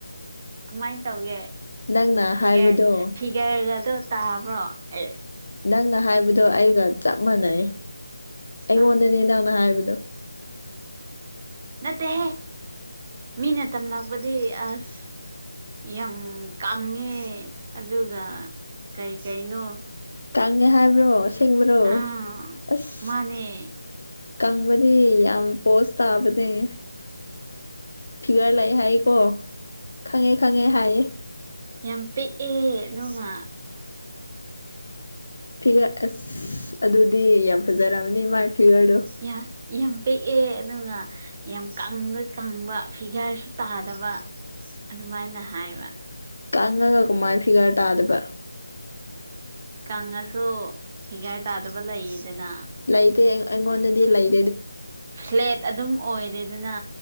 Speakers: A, on the right; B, on the left.
A: ꯀꯃꯥꯏꯟ ꯇꯧꯒꯦ
B: ꯅꯪꯅ
A: ꯐꯤꯒꯔ
B: ꯍꯥꯏꯕꯗꯣ
A: ꯐꯤꯒꯔꯒꯗꯣ ꯇꯥꯕ꯭ꯔꯣ ꯑꯦ
B: ꯅꯪꯅ ꯍꯥꯏꯕꯗꯣ ꯑꯩꯒ ꯆꯞ ꯃꯥꯟꯅꯩ ꯑꯩꯉꯣꯟꯗꯅꯦ
A: ꯑꯁ
B: ꯅꯪꯅ ꯍꯥꯏꯕꯗꯣ
A: ꯅꯠꯇꯦꯍꯦ ꯃꯤꯅ ꯇꯝꯂꯛꯄꯗꯤ ꯑꯁ ꯌꯥꯝ ꯀꯪꯉꯦ ꯑꯗꯨꯒ ꯀꯩ ꯀꯩꯅꯣ
B: ꯀꯪꯉꯦ ꯍꯥꯏꯕ꯭ꯔꯣ ꯑꯁꯦꯡꯕ꯭ꯔꯣ
A: ꯑꯥ
B: ꯑꯁ
A: ꯃꯥꯅꯦ
B: ꯀꯪꯕꯗꯤ ꯌꯥꯝ ꯄꯣꯁ ꯇꯥꯕ ꯑꯦ ꯐꯤꯒꯔ ꯂꯩꯌꯦ ꯍꯥꯏꯀꯣ ꯈꯪꯉꯦ ꯈꯪꯉꯦ ꯍꯥꯏꯌꯦ
A: ꯌꯥꯝ ꯄꯤꯛꯑꯦ ꯑꯗꯨꯒ
B: ꯐꯤꯒꯔ ꯑꯁ ꯑꯗꯨꯗꯤ ꯌꯥꯝ ꯐꯖꯔꯝꯅꯤ ꯃꯥꯏ ꯐꯤꯒꯔꯗꯨ
A: ꯌꯥ ꯌꯥꯝ ꯄꯤꯛꯑꯦ ꯑꯗꯨꯒ ꯌꯥꯝ ꯀꯪꯕ ꯀꯪꯕ ꯐꯤꯒꯥꯔꯁꯨ ꯇꯥꯗꯕ ꯑꯗꯨꯃꯥꯏꯅ ꯍꯥꯏꯕ
B: ꯀꯪꯉꯒ ꯀꯃꯥꯏꯅ ꯐꯤꯒꯔ ꯇꯥꯗꯕ
A: ꯀꯪꯉꯁꯨ ꯐꯤꯒꯔ ꯇꯥꯗꯕ ꯂꯩꯌꯦꯗꯅ
B: ꯂꯩꯇꯦ ꯑꯩꯉꯣꯟꯗꯗꯤ ꯂꯩ
A: ꯐ꯭ꯂꯦꯠ ꯑꯗꯨꯝ ꯑꯣꯏꯔꯦꯗꯅ